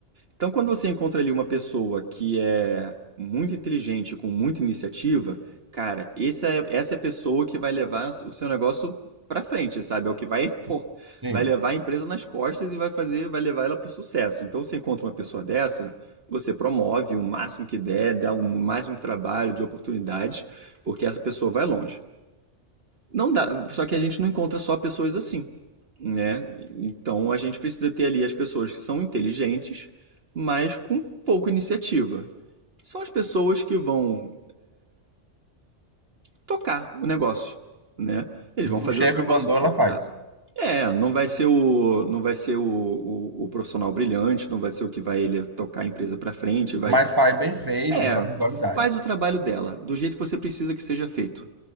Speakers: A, on the right (about 55°); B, on the right (about 20°).
A: Então, quando você encontra ali uma pessoa que é muito inteligente, com muita iniciativa, cara, essa é- essa é a pessoa que vai levar o seu negócio pra frente, sabe? É o que vai, <laughs> pô,
B: Sim.
A: vai levar a empresa nas costas e vai fazer, vai levar ela pro sucesso. Então, você encontra uma pessoa dessa, você promove o máximo que der, dá o máximo de trabalho, de oportunidades, porque essa pessoa vai longe. Não dá, só que a gente não encontra só pessoas assim né? Então a gente precisa ter ali as pessoas que são inteligentes, mas com pouca iniciativa. São as pessoas que vão tocar o negócio, né? Eles vão fazer
B: O chefe
A: o seu negócio
B: mandou,
A: funcionar.
B: ela faz.
A: É, não vai ser o, não vai ser o, o, o profissional brilhante, não vai ser o que vai ele tocar a empresa pra frente, vai.
B: Mas faz bem feito
A: É,
B: e faz com qualidade.
A: faz o trabalho dela, do jeito que você precisa que seja feito.